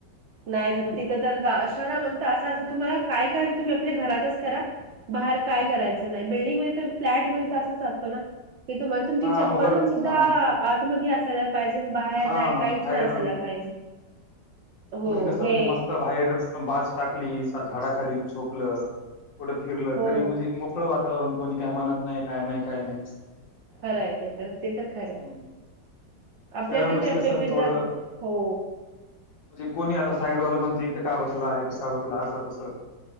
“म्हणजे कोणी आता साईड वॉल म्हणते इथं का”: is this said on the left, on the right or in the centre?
Left